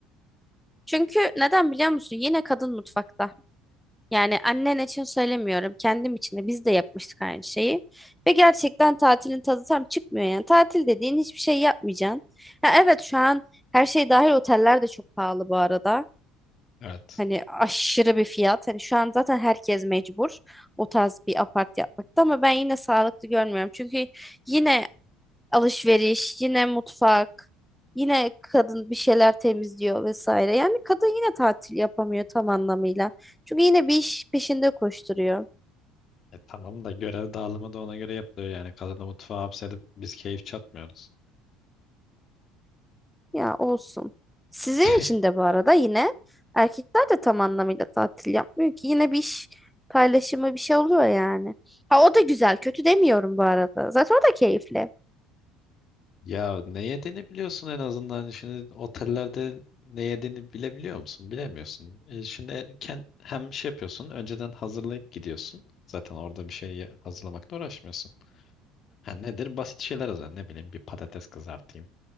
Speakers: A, in the centre; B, on the left (about 45°).
A: Çünkü neden biliyor musun? Yine kadın mutfakta. Yani annen için söylemiyorum. Kendim için de biz de yapmıştık aynı şeyi. Ve gerçekten tatilin tadı tam çıkmıyor yani. Tatil dediğin hiçbir şey yapmayacaksın. Ha, evet şu an her şey dahil oteller de çok pahalı bu arada.
B: Evet.
A: Hani aşırı bir fiyat. Hani şu an zaten herkes mecbur o tarz bir apart yapmakta ama ben yine sağlıklı görmüyorum. Çünkü Yine alışveriş, yine mutfak, yine kadın bir şeyler temizliyor vesaire. Yani kadın yine tatil yapamıyor tam anlamıyla. Çünkü yine bir iş peşinde koşturuyor.
B: E, tamam da görev dağılımı da ona göre yapılıyor yani. Kadını mutfağa hapsedip biz keyif çatmıyoruz.
A: Ya olsun. Sizin
B: <laughs>
A: için de bu arada yine erkekler de tam anlamıyla tatil yapmıyor ki. Yine bir iş paylaşımı bir şey oluyor yani. Ha o da güzel, kötü demiyorum bu arada. Zaten o da keyifli.
B: Ya ne yediğini biliyorsun en azından. Şimdi otellerde ne yediğini bilebiliyor musun? Bilemiyorsun. E, şimdi kend, hem şey yapıyorsun. Önceden hazırlayıp gidiyorsun. Zaten orada bir şey hazırlamakla uğraşmıyorsun. Ha nedir? Basit şeyler hazırlan. Ne bileyim bir patates kızartayım.